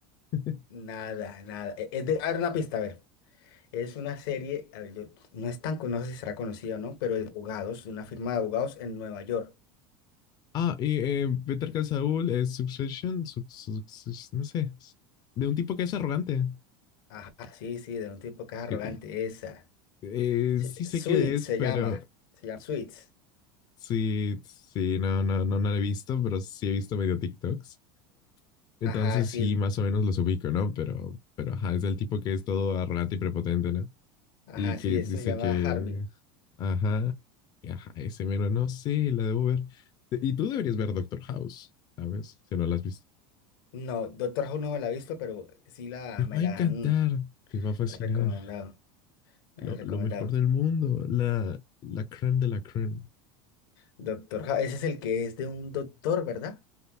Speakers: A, on the left; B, on the left.
A: <laughs>
B: nada, nada. Eh, Es de... A ver, una pista, a ver. Es una serie. A ver, yo... no es tan. con- No sé si será conocida o no, pero es de abogados, de una firma de abogados en Nueva York.
A: Ah, y eh, Better Call Saul es Succession, Suc- Suc- no sé, de un tipo que es arrogante.
B: Ajá, sí, sí, de un tipo que es arrogante.
A: Eh,
B: Esa.
A: eh,
B: Sí,
A: sí sé
B: Suits
A: que es,
B: se
A: pero
B: llama. Se llama Suits.
A: sí, sí, no, no, no, no lo he visto, pero sí he visto medio TikToks. Entonces
B: Ajá, sí.
A: sí, más o menos los ubico, ¿no? Pero, pero ajá, es el tipo que es todo arrogante y prepotente, ¿no?
B: Ajá,
A: Y que
B: sí, esto
A: dice
B: se llama
A: que,
B: Harvey.
A: ajá, y ajá, ese mero, no sé, la debo ver. Te- Y tú deberías ver Doctor House, ¿sabes? Si no la has visto.
B: No, Doctor House no me la he visto, pero sí la,
A: Te
B: me
A: va
B: la
A: a encantar,
B: han
A: te va a fascinar.
B: recomendado. Me
A: Lo,
B: la han recomendado.
A: lo mejor del mundo, la, la creme de la creme.
B: Doctor House, ese es el que es de un doctor, ¿verdad?